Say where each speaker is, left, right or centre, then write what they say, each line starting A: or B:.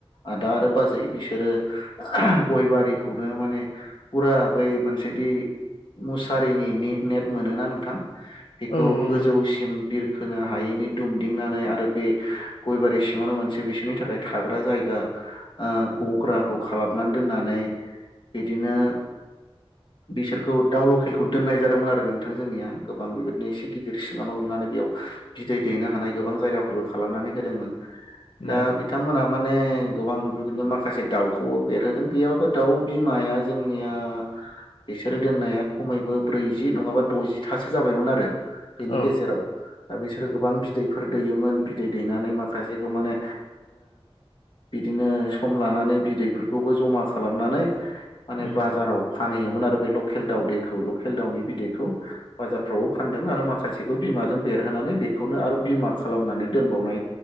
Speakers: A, on the left; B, on the left.
A: आदा आरो बाजै बिसोरो गय बारिखौनो माने फुरा बै मोनसेदि मुसारिनि निट नेट मोनोना नोंथां बेखौ
B: औ नुनो
A: गोजौसिन
B: मोनो
A: बिरखोनो हायैनि दुमदिंनानै आरो बे गयबारि सिङावनो मोनसे बिसोरनि थाखाय थाग्रा जायगा ओ गग्राखौ खालामनानै दोननानै बिदिनो बिसोरखौ दाउ लकेलखौ दोननाय जादोंमोन आरो नोंथां जोंनिया गोबां बेबायदिनो एसे गिदिर सिङाव लुनानै नै बेयाव बिदै दैनो हानाय गोबां जायगाफोरबो खालामनानै होदोंमोन। दा
B: उम
A: बिथांमोना माने गोबां बिबायदिनो माखासे दाउखौ बेरहोदों गैयाबाबो दाउ बिमाया जोंनिया बिसोरो दोननाया खमायबो ब्रैजि नङाबा द'जिथासो जाबायमोन आरो। बिनि
B: औ
A: गेजेराव दा बिसोरो गोबां बिदैफोर दैयोमोन बिदै दैनानै माखासेखौ माने बिदिनो सम लानानै बिदैफोरखौबो जमा खालामनानै माने
B: उम
A: बाजाराव फानहैयोमोन आरो बे लकेल दाउ दैखौ लकेल दाउनि बिदैखौ बाजारफ्रावबो फानदों आरो माखासेखौ बिमाजों बेरहोनानै बेखौनो आरो बिमा खालामनानै दोनबावनाय